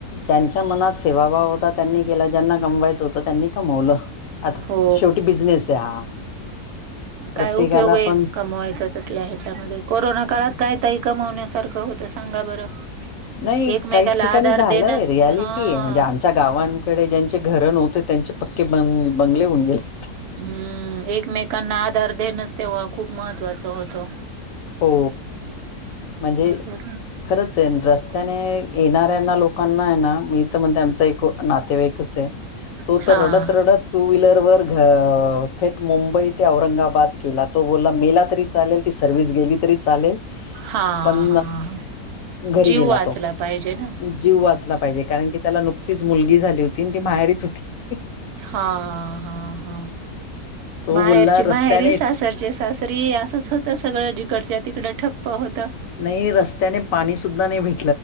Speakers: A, on the left; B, on the right.
A: ज्यांच्या मनात सेवाभाव होता त्यांनी केला ज्यांना गमवायचं होतं त्यांनी कमवलं. आता
B: हो
A: शेवटी बिझनेस आहे हा. प्रत्येकाला
B: काय उपयोग आहे
A: पण
B: कमवायचा तसल्या ह्याच्यामध्ये कोरोना काळात काय ताई कमवण्यासारखं होतं सांगा बरं
A: नाही
B: एकमेकाला
A: काही ठिकाणी
B: आधार
A: झालंय
B: देणंच
A: रियालिटी
B: हा
A: आहे म्हणजे आम त्यांच्या गावांकडे ज्यांचे घर नव्हते त्यांचे पक्के बंगले होऊन गेले
B: हम्म एकमेकांना आधार देनस तेव्हा खूप महत्वाच होतो
A: हो म्हणजे
B: बरं
A: खरंच आहे रस्त्याने येणाऱ्यांना लोकांना आहे ना मी तर म्हणते आमच एक नातेवाईकच आहे तो
B: हां,
A: तर रडत रडत टू व्हीलरवर थेट मुंबईत ते औरंगाबाद गेला तो बोला मेला तरी चालेल ती सर्वि्हस गेली तरी चालेल
B: हां,
A: पण
B: हां, हां.
A: घरी
B: जीव
A: गेला
B: वाचला
A: तो
B: पाहिजे ना.
A: जीव वाचला पाहिजे कारण की त्याला नुकतीच मुलगी झाली होती आणि ती माहेरीच होती
B: हा हा हा
A: तो
B: माहेरची
A: बोलला रस्त्याने
B: माहेर सासरचे सासर. तरी असंच होतं सगळं जिकडच्या तिकडं ठप्प होतं
A: नाही रस्त्याने पाणी सुद्धा नाही भेट